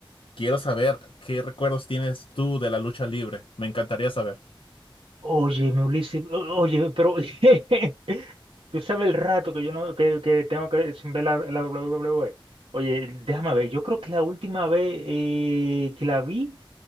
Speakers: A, on the left; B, on the right.
A: quiero saber qué recuerdos tienes tú de la lucha libre. Me encantaría saber.
B: Oye, Ulises, o- oye, pero <laughs> tú sabes el rato que yo no que, que tengo que sin ver la, la WWE. Oye, déjame ver, yo creo que la última vez eh, que la vi